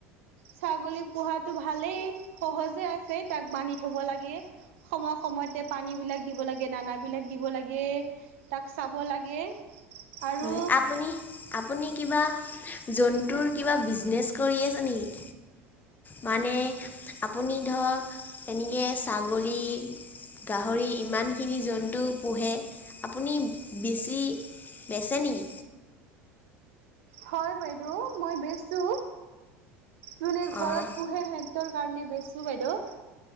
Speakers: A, on the right; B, on the left.
A: ছাগলী পোঁহাতো ভালেই সহজে আছে তাক বান্ধি থ'ব লাগে। সময় সময়তে পানী বিলাক দিব লাগে, দানা বিলাক দিব লাগে। তাক চাব লাগে আৰু
B: হয় আপুনি আপুনি কিবা জন্তুৰ কিবা বিজনেছ কৰি আছে নেকি? মানে আপুনি ধৰ এনেকে ছাগলী গাহৰি ইমান খিনি জন্তু পোহে, আপুনি বেছি বেছে নিকি?
A: হয় বাইদেউ, মই বেচো। যোনে ঘৰত
B: অঁ
A: পোঁহে সেঁহত কাৰণে বেচো বাইদেউ।